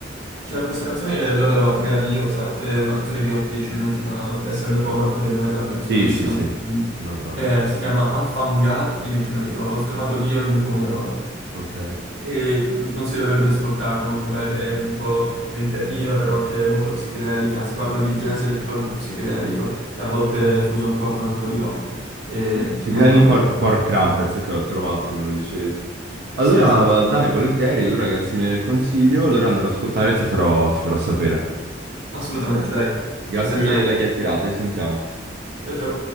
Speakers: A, on the right; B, on the right.
A: Cioè, questa canzone è loro meravigliosa, è una canzone di 8-10 minuti, ma essendo tu amante del metal penso
B: Sì,
A: non ci
B: sì,
A: siano
B: sì,
A: problemi.
B: no problem.
A: Eh, si chiama I Found God in a Tomato, ho trovato Dio in un pomodoro.
B: Ok.
A: E ti consiglio davvero di ascoltarla, molto bella, è un po' meditativa, però anche molto psichedelica. Si parla di jazz elettronico psichedelico e a volte fuso un po' con un po' di rock. E
B: Ci- Ciclini
A: non male,
B: pork,
A: davvero.
B: pork crumpets, che ho trovato, me lo dicevi. Allora,
A: Sì, esatto,
B: dai, volentieri, allora grazie mille del consiglio, allora andrò ad ascoltare e ti farò, ti farò sapere.
A: assolutamente, dai,
B: Grazie
A: ci sentiamo.
B: mille della chiacchierata, ci sentiamo.
A: Ciao ciao.